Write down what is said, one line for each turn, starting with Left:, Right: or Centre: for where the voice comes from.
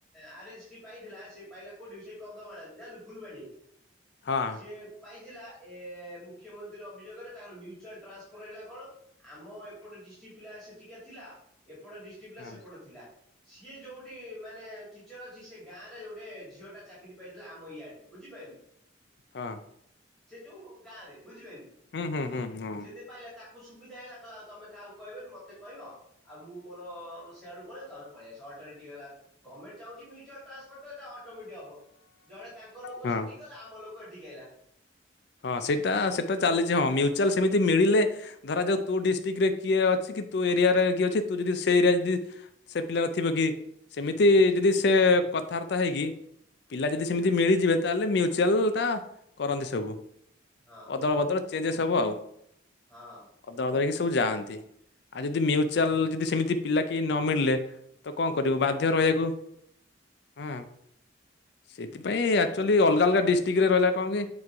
Centre: ଆର୍ ଏଚ୍ ଟି ପାଇଥିଲା ସିଏ ପାଇଲା କୋଉଠି ସେଇ କନ୍ଧମାଳରେ ଜାଣିଲୁ ଫୁଲବାଣୀ
Left: ହଁ
Centre: ସିଏ ପାଇଚିଲା ଏ ଏ ମୁଖ୍ୟମନ୍ତ୍ରୀ ଅଭିଯୋଗରେ ତାଙ୍କର ମ୍ୟୁଚୁଆଲ୍ ଟ୍ରାନ୍ସଫର୍ ହେଲା କଣ ଆମ ଏପଟ ଡିଷ୍ଟିକି ପିଲା ସେଠିକା ଥିଲା ଏପଟ ଡିଷ୍ଟିକି ପିଲା
Left: ହଁ
Centre: ସେପଟେ ଥିଲା। ସିଏ ଯୋଉଟି ମାନେ ଟିଚର୍ ଅଛି ସେ ଗାଁରେ ଗୋଟେ ଝିଅଟା ଚାକିରି ପାଇଥିଲା ଆମ ଇଆଡେ ବୁଝିପାଇଲୁ।
Left: ହଁ।
Centre: ସେ ଯୋଉ ଗାଁରେ ବୁଝିପାଇଲୁ
Left: ହୁଁ ହୁଁ ହୁଁ ହୁଁ।
Centre: ସିଏ ଦି ପାଇଲା ତାକୁ ସୁବିଧା ହେଇଗଲା କହିଲା ଆଉ ତମେ କାହାକୁ କହିବନି ମତେ କହିବ ଆଉ ମୁଁ ମୋର ଆମ ସିଆଡୁ ପଳେଇବି ତମେ ପଳେଇ ଆସ ଅଲଟରନେଟିଭ୍ ହେଇଗଲା ଗମେଣ୍ଟ୍ ଚାହୁଁଛି ମ୍ୟୁଚୁଆଲ୍ ଟ୍ରାନ୍ସପୋର୍ଟଟା ଅଟୋମେଟିକ୍ ହବ ଜଣେ ତାଙ୍କ ଲୋକ
Left: ହଁ
Centre: ସେଠିକି ଗଲା ଆମ ଲୋକ ଏଠିକି ଆଇଲା।
Left: ହଁ ସେଇଟା ସେଟା ଚାଲିଚି ହଁ ମ୍ୟୁ ଚୁଆଲ୍ ସେମିତି ମିଳିଲେ ଧରା ଯାଉ ତୋ ଡିଷ୍ଟିକରେ କିଏ ଅଛି କି ତୋ ଏରିଆରେ କିଏ ଅଛି ତୁ ଯଦି ସେଇ ଏରିଆ ଯଦି ସେ ପିଲାର ଥିବ କିଏ ସେମିତି ଯଦି ସେ କଥାବାର୍ତ୍ତା ହେଇକି ପିଲା ଯଦି ସେମିତି ମିଳିଯିବେ ତାହେଲେ ମ୍ୟୁଚୁଆଲଟା କରନ୍ତି ସବୁ।
Centre: ହଁ
Left: ଅଦଳ ବଦଳ ଚେଞ୍ଜେସ୍ ହବ ଆଉ
Centre: ହଁ
Left: ଅଦଳ ବଦଳ ହେଇକି ସବୁ ଯାଆନ୍ତି। ଆଉ ଯଦି ମ୍ୟୁଚୁଆଲ୍ ଯଦି ସେମିତି ପିଲା କିଏ ନ ମିଳିଲେ ତ କଁ କରିବୁ ବାଧ୍ୟ ରହିଆକୁ। ହଁ ସେଇଥିପାଇଁ ଆକ୍ଚୁଆଲି ଅଲଗା ଅଲଗା ଡିଷ୍ଟିକିରେ ରହିଲା କଣ କି